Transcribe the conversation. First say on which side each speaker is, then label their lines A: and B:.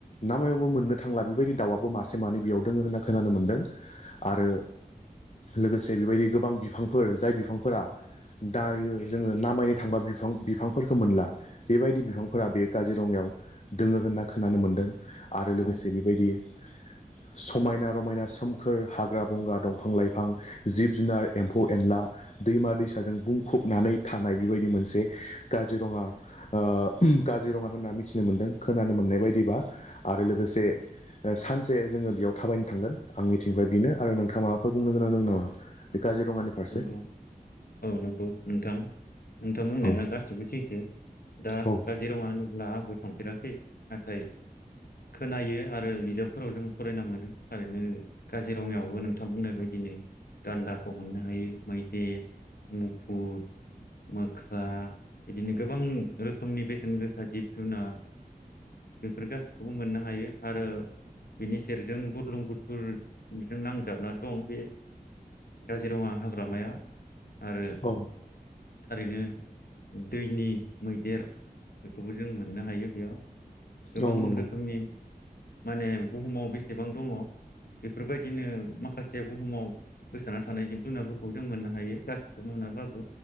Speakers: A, on the left; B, on the left.
A: नामायाव बो मोननो थांला बेबायदि दाउआबो मासे मानै बेयाव दङो होनना खोनानो मोनदों।
B: औ
A: आरो लोगोसे बेबायदि गोबां बिफांफोर जाय बिफांफोरा दायो जोङो नाामायनो थांबा बिफां बिफांफोरखौ मोनला। बेबायदि बिफां
B: औ
A: काजिरङायाव दोङो होनना खोनानो मोन्दों। आरो
B: औ
A: लोगोसे बेबायदि समायना रमायना सोमखोर हाग्रा बंग्रा दंफां लाइफां जिब जुनार एम्फौ एनला दैमा दैसाजों बुंफबनानै थानाय बेबायदि
B: औ
A: मोनसे काजिरङा ओ काजिरङा होनना मिथिनो मोनदों खोनानो मोननाय बायदिबा। आरो लोगोसे
B: औ
A: सानसे जोङो बेयाव थाबायनो थांगोन आं मिथिंनिफ्राय बेनो आरो नोंथाङा माबाफोर बुंनो गोनां दं नामा? बे काजिरङानि
B: औ
A: फारसे
B: नंगौ औ नंगौ नोंथां नोंथां बुंनाया
A: औ
B: गासिबो सैथो दा काज
A: औ
B: काजिरङा होनोब्ला आबोद थांफेराखै नाथाय खोनायो आरो बिजाबफोराव जों फरायना मोनो थारैनो काजिरङायावबो नोंथां बुंनाय बायदिनो गान्दाख मोननो हायो मैदेर मुफुर मोख्रा बिदिनो गोबां रोखोमनि बेसेन गोसा जिब जुनार बेफोर गासिखौबो मोननो हायो आरो बेनि सेरजों बुरलुं बुथुरजों नांजाबना दं बे काजिरङा हाग्रामाया आरो
A: औ
B: थारैनो दैनि मैदेर बेखौबो जों मोननो हायो बेयाव। गोबां
A: औ नंगौ
B: रोखोमनि माने बुहुमाव बेसेबां दङ बेफोरबायदिनो माखासे बुहुमाव गोसाना थानाय जिब जुनारफोरखौ जों मोननो हायो गासिखौबो मोनाबाबो